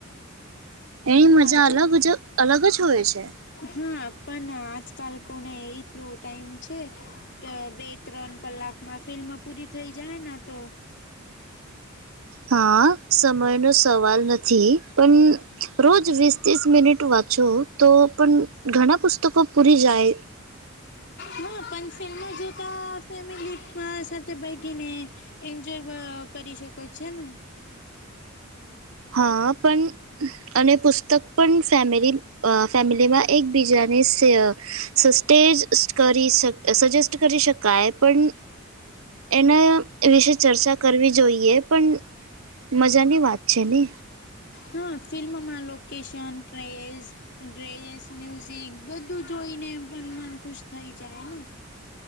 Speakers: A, on the right (about 80°); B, on the left (about 55°).
A: એની
B: હા
A: મજા
B: જે
A: અલગ જ અલગ જ હોય છે.
B: હા, પણ આજકાલ કોને એટલું ટાઈમ છે ત બે-ત્રણ કલાક માં ફિલ્મ પૂરી થઈ જાય તો
A: હા, સમયનો સવાલ નથી પણ રોજ વીસ ત્રીસ મિનિટ વાંચો તો પણ ઘણા પુસ્તકો પૂરી જાય
B: હું પણ ફિલ્મ જોતા ફેમિલી સાથે બેઠીને એન્જોય કરી શકો છે ને
A: હા પણ અને પુસ્તક પણ ફેમિલી અ ફેમિલીમાં એકબીજાને સ સસ્ટે કરી શક સજેસ્ટ કરી શકાય પણ એના વિશે ચર્ચા કરવી જોઈએ પણ મજાની વાત છે ને
B: હા ફિલ્મમાં માનલો કેશન ટ્રેસ ડ્રેસ મ્યુઝિક બધું જોઈને એ પણ મન ખુશ થઈ જાય ને